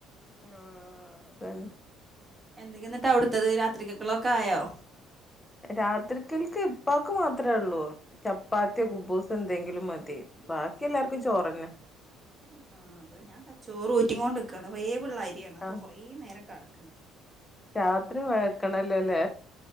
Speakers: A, on the left (about 20°); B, on the right (about 20°).
A: ആഹ് തന്നെ
B: എന്തൊക്കെന്നാട്ടാ അവിടുത്തത് രാത്രിരിക്കക്കള ഒക്കെ ആയോ
A: രാത്രിക്കൽക്ക് ഇപ്പക്ക് മാത്ര മാത്രെള്ളൂ ചപ്പാത്ത്യൊ കുബൂസൊ എന്തെങ്കിലും മതി ബാക്കി എല്ലാർക്കു ചോറന്നെ
B: <unintelligible> ആ വിടെ ഞാൻ ത ച്ചോറ് ഊറ്റി കൊണ്ട്ക്കാണ് വേവ്ള്ള അരിയാണ് അപ്പൊ
A: ആഹ്
B: കൊറേ നേരം കേടക്കണം.
A: രാത്രി വഴക്കണല്ലോലെ?